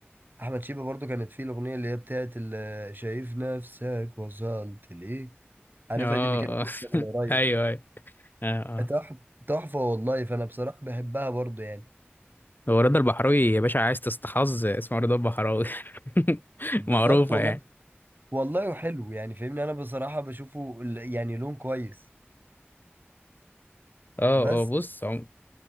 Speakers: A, on the right; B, on the left.
A: احمد شيبة برضو كانت فيه الاغنيه اللي هي بتاعت ال- شايف نفسك وصلت ليه عارفها
B: اه
A: دي اللي كانت
B: اه
A: لسه من
B: <laughs>
A: قريب
B: ايوه ايوه اه اه
A: تحفه تحفه والله فانا بصراحه بحبها برضو يعني
B: هو رضا البحراوي يا باشا عايز تستحظ اسمه رضا البحراوي <laughs>
A: بالظبط
B: معروفه
A: والله
B: يعني
A: والله حلو يعني فاهمني انا بصراحة بشوفه ال- يعني لون كويس
B: اه
A: بس
B: اه بص عم...